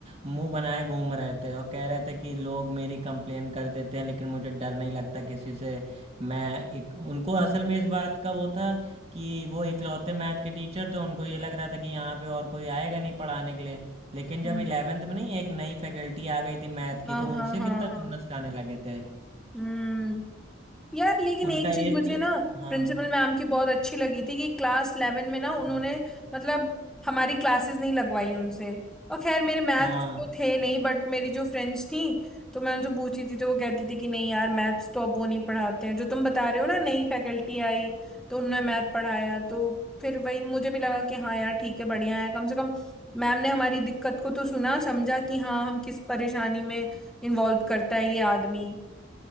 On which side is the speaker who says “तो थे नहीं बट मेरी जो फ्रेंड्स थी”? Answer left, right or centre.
Centre